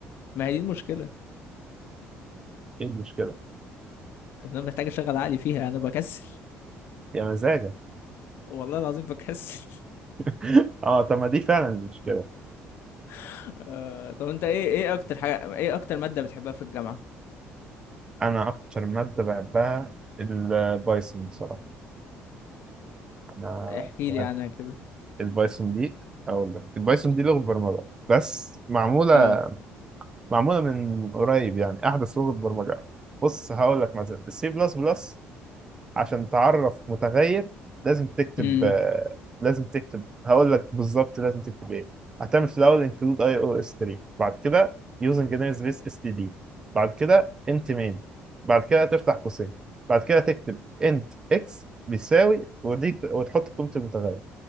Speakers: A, on the left; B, on the right.
A: ما هي دي المشكلة
B: ايه المشكله
A: أنا محتاج أشغل عقلي فيها أنا بكسل
B: يا مزاجك
A: والله العظيم بكسل
B: <laughs> اه طب ما دي فعلا المشكله
A: <laughs> آه... طب أنت إيه إيه أكتر حاجة إيه أكتر مادة بتحبها في الجامعة؟
B: انا اكتر ماده بحبها البايثون بصراحه انا
A: احكي
B: بحب
A: لي عنها كده
B: البايثون دي اقول لك البايثون دي لغه برمجه بس معموله
A: أه
B: معموله من قريب يعني احدث لغه برمجه بص هقول لك مثلا السي بلس بلس عشان تعرف متغير لازم تكتب
A: أمم
B: آه، لازم تكتب هقول لك بالظبط لازم تكتب ايه هتعمل في الاول include اي او اس 3 بعد كده using نيرز بيس اس تي دي بعد كده انت مين بعد كده تفتح قوسين بعد كده تكتب انت اكس بيساوي ودي وتحط قيمه المتغير